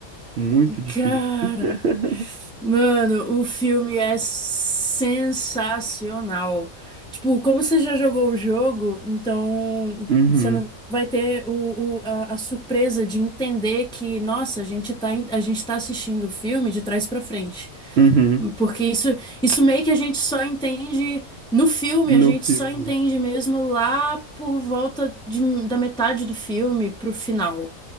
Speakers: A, on the right (about 65°); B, in the centre.
A: Muito difícil.
B: Cara.
A: <laughs>
B: Mano, o filme é sensacional. Tipo, como você já jogou o jogo, então
A: Uhum,
B: você não vai ter o, o- a, a surpresa de entender que, nossa, a gente tá, em- a gente tá assistindo o filme de trás pra frente.
A: uhum.
B: Porque isso, isso meio que a gente só entende no filme,
A: No
B: a gente
A: filme,
B: só entende mesmo lá por volta de- da metade do filme pro final.